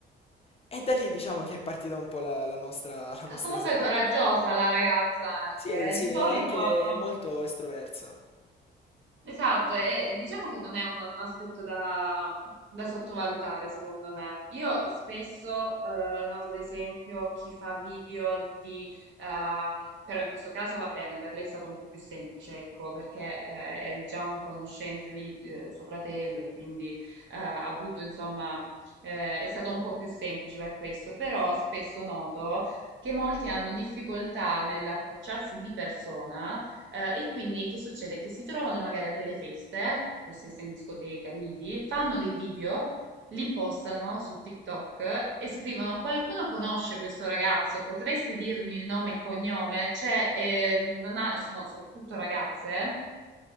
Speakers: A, on the left; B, on the right.
A: E da lì diciamo che è partita un po' la la nostra la nostra
B: Ah, Comunque
A: serata.
B: è coraggiosa la ragazza anche,
A: Sì, sì,
B: eh. Di solito
A: è anche
B: sono...
A: molto estroverso.
B: Esatto, e diciamo che non è un, un aspetto da, da sottovalutare, secondo me. Io spesso eh, noto, ad esempio, chi fa video di... ehm, però in questo caso va bene, per lei è stato un po' più semplice, ecco, perché eh, eri già un conoscente di eh, suo fratello, quindi eh, ha avuto, insomma, eh, è stato un po' più semplice per questo, però spesso noto che molti hanno difficoltà nell'approcciarsi di persona eh, e quindi che succede? Che si trovano magari a delle feste, eh, che possa essere in discoteca, lidi, fanno dei video, li postano su TikTok e scrivono: Qualcuno conosce questo ragazzo? Potreste dirmi il nome e cognome? Cioè, eh, non ha- sono soprattutto ragazze eh,